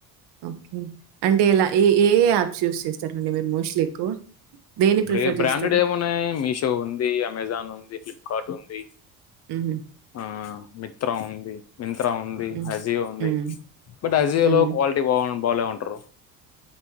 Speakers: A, on the right; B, on the left.
A: ఓకే అంటె ఇలా ఏ ఏ అప్స్ యుస్ చెస్ సరేనండి మీరు మోస్ట్లీ ఎక్కువ దేన్ని
B: ఇప్పుడు
A: ప్రిఫర్
B: ఏ బ్రాండెడ్
A: చేస్తారు?
B: ఏమున్నాయి మీషో ఉంది అమెజాన్ ఉంది ఫ్లిప్ కాటు ఉంది
A: హుహు.
B: ఆ మిత్ర ఉంది మింత్రా ఉంది
A: హ్మ్.
B: అజియో ఉంది
A: హ్మ్.
B: బట్ అజియో
A: హ్మ్.
B: లో క్వాలిటీ బాగుం వాలే ఉంటరు